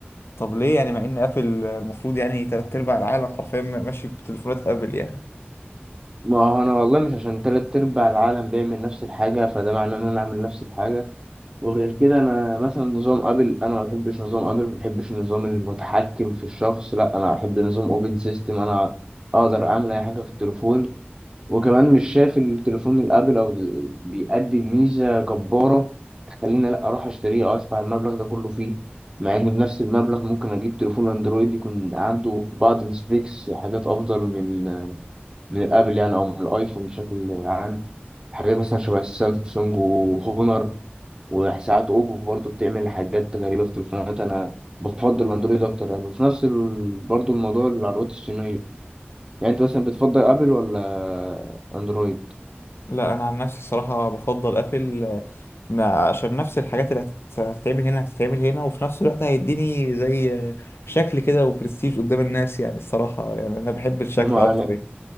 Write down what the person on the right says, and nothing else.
ما هو انا والله مش عشان تلات ارباع العالم بيعمل نفس الحاجة فده معناه ان انا اعمل نفس الحاجة وغير كده انا مثلا نظام ابل انا ما بحبش نظام ابل ما بحبش النظام المتحكم في الشخص لا انا احب نظام اوبن سيستم انا اقدر اعمل اي حاجه في التليفون وكمان مش شايف التليفون الابل او ال- بيقدم ميزه جباره تخليني لا اروح اشتريه او ادفع المبلغ ده كله فيه مع ان بنفس المبلغ ممكن اجيب تليفون اندرويد يكون عنده في بعض السبيكس حاجات افضل من من الابل يعني او من الايفون بشكل عام حاجات مثلا شبه السامسونج وهونر وساعات اوبو برضو بتعمل حاجات غريبه في تليفونات انا بفضل الاندرويد اكتر يعني وفي نفس ال... برضو الموضوع العربيات الصينيه يعني انت مثلا بتفضل ابل ولا اندرويد
مع